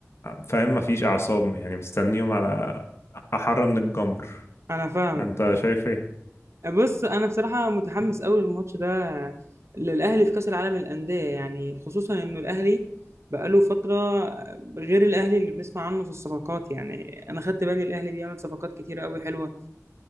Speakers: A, on the left (about 55°); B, on the right (about 60°).
A: فاهم مفيش اعصاب يعني مستنيهم على احر من الجمر
B: انا فاهمك
A: انت شايف ايه
B: بص انا بصراحه متحمس قوي للماتش ده للاهلي في كاس العالم للانديه يعني خصوصا انه الاهلي بقاله فتره غير الاهلي اللي بنسمع عنه في الصفقات يعني انا خدت بالي الاهلي بيعمل صفقات كتيره قوي حلوه